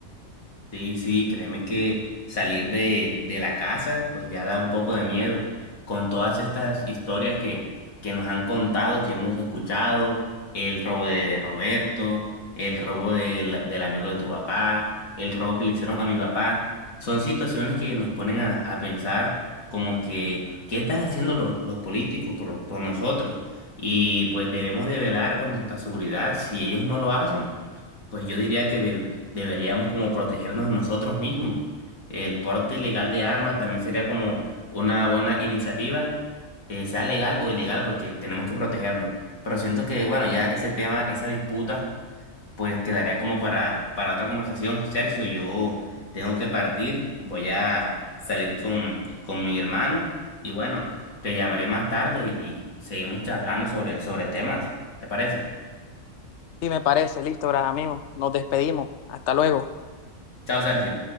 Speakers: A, on the left; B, on the left.
A: Sí, sí, créeme que salir de, de la casa pues ya da un poco de miedo con todas estas historias que, que nos han contado, que hemos escuchado, el robo de, de Roberto, el robo del del amigo de tu papá, el robo que le hicieron a mi papá, son situaciones que nos ponen a, a pensar como que qué están haciendo los, los políticos por, por nosotros y pues debemos de velar por nuestra seguridad, si ellos no lo hacen pues yo diría que de- deberíamos como protegernos nosotros mismos. El porte ilegal de armas también sería como una buena iniciativa, eh, sea legal o ilegal, porque tenemos que protegernos. Pero siento que, bueno, ya ese tema, esa disputa, pues quedaría como para, para otra conversación. Sergio, yo tengo que partir, voy a salir con, con mi hermano y bueno, te llamaré más tarde y seguimos charlando sobre, sobre temas. ¿Te parece?
B: Sí, me parece. Listo, gran amigo. Nos despedimos. Hasta luego.
A: Chao, Sergio.